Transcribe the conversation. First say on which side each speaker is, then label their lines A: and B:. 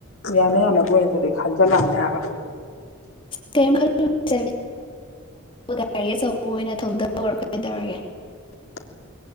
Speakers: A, on the left; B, on the left.
A: ꯌꯥꯅꯤ ꯌꯥꯅꯕ ꯑꯗꯨꯗꯤ ꯈꯟꯖꯤꯜꯂꯛꯑꯅꯤ ꯍꯥꯏꯒ
B: ꯈ <unintelligible> <inaudible> ꯥ <unintelligible> ꯒꯥꯔꯤ ꯑꯆꯧꯕ ꯑꯣꯏꯅ ꯊꯧꯗꯔ ꯀ ꯇꯧꯔꯒꯦ
A: <unintelligible> <inaudible>